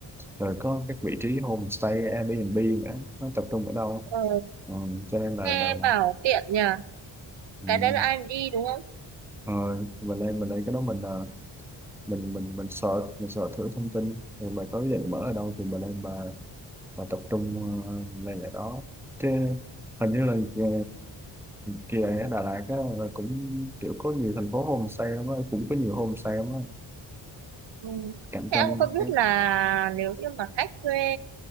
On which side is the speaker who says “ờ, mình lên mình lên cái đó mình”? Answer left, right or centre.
Centre